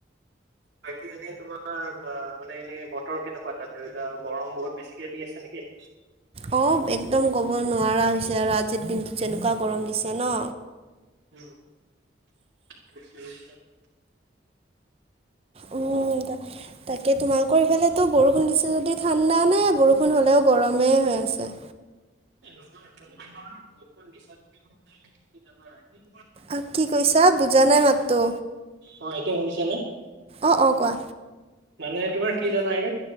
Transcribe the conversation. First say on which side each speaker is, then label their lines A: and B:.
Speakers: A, on the right; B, on the right.
A: ঐ বাকী এনেই তোমাৰ মানে এনেই বতৰ কেনেকুৱা তাত ধৰি লোৱা গৰম বহুত বেছিকে দি আছে নিকি
B: অ একদম ক'ব নোৱাৰা হৈছে আৰু আজিৰ দিনটোত যেনুকা গৰম দিছে ন
A: উম বুজিছো বুজিছো
B: উম তা তাকে তোমালোকৰ ইফালেতো বৰষুণ দিছে যদি ঠাণ্ডা নে বৰষুণ হ'লেও গৰমেই হৈ আছে
A: <unintelligible>
B: আহ কি কৈছা বুজা নাই মাতটো
A: অ', এতিয়া শুনিছে নে
B: অঁ অঁ কোৱা
A: মানে তোমাৰ কি জানাই এই